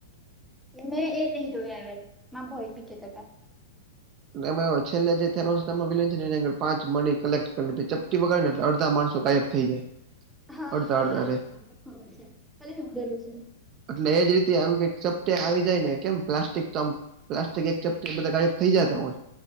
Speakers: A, in the centre; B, on the right.
A: મેં એ ન જોય આવ્યા ભોય બી કેતા હતા.
B: લ્ જે વિલન છે ની પાંચ મ કલેક્ટ કર ચપટી વગર એલે અડધા માણસ તો કાયબ થઈ જાય,
A: હતા હા
B: અડતા અડતા અરે
A: ખબર છે ખાલી સાંભળેલું છે
B: એટલે એજ રીતે આવ કે ચપટે આવી જાય ને કેમ પ્લાસ્ટિક ચપ પ્લાસ્ટિક એક ચપ બધા ગાયબ થઈ જતા હોય,